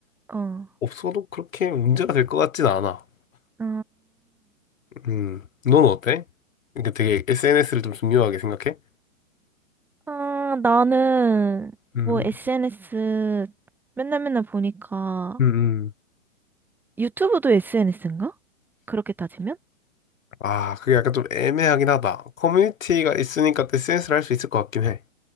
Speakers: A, in the centre; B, on the left.
A: 어,
B: 없어도 그렇게 문제가 될 것 같진 않아.
A: 어,
B: 음, 넌 어때? 그러니까 되게 SNS를 좀 중요하게 생각해?
A: 아, 나는
B: 음.
A: 뭐 SNS 맨날 맨날 보니까
B: 음, 음.
A: 유튜브도 SNS인가? 그렇게 따지면?
B: 아, 그게 약간 좀 애매하긴 하다. 커뮤니티가 있으니까 또 SNS를 할 수 있을 것 같긴 해.